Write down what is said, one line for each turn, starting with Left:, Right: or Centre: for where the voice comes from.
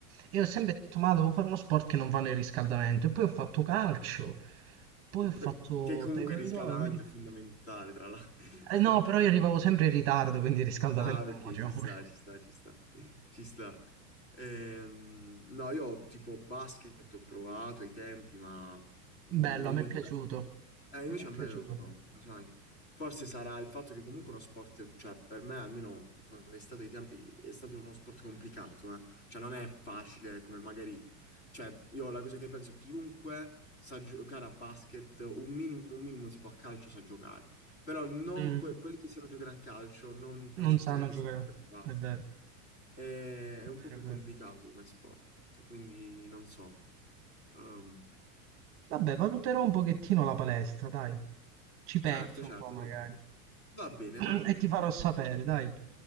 Right: E ho sempre detto ma devo fare uno sport che non va nel riscaldamento, e poi ho fatto calcio, poi ho
Left: Que-
Right: fatto
Left: Che comunque
Right: taekwondo,
Left: il riscaldamento
Right: non mi ricordo.
Left: è fondamentale, tra l'altro. <laughs>
Right: Eh, no, però io arrivavo sempre in ritardo, quindi il riscaldamento
Left: Ah, ok,
Right: non lo facevo.
Left: ci sta,
Right: <laughs>
Left: ci sta, ci sta, <laughs> ci sta. Ehm, no, io tipo basket ho provato ai tempi, ma mh,
Right: Bello,
Left: non
Right: a me
Left: mi
Right: è piaciuto.
Left: piace. Eh, invece
Right: A me è
Left: a
Right: piaciuto.
Left: me no, no, lo sai. Forse sarà il fatto che comunque uno sport, cioè per me almeno quando è stato ai tempi, è stato uno sport complicato, eh. Cioè non è facile come magari... Cioè io la cosa che penso è chiunque sa giocare a basket, un minimo, un minimo tipo a calcio sa giocare però non
Right: Mm,
Left: que- quelli che sanno giocare a calcio non
Right: non
Left: necessariamente
Right: sanno giocare.
Left: sanno giocare a
Right: È
Left: basket.
Right: vero,
Left: È,
Right: è
Left: è un po'
Right: vero,
Left: più
Right: è vero.
Left: complicato come sport, quindi non so. Ehm,
Right: Vabbè, valuterò un pochettino la palestra, dai. Ci penso
Left: certo, certo,
Right: un po' magari.
Left: va bene. Va bene,
Right: <clears throat>
Left: va bene.
Right: E ti farò sapere, dai. È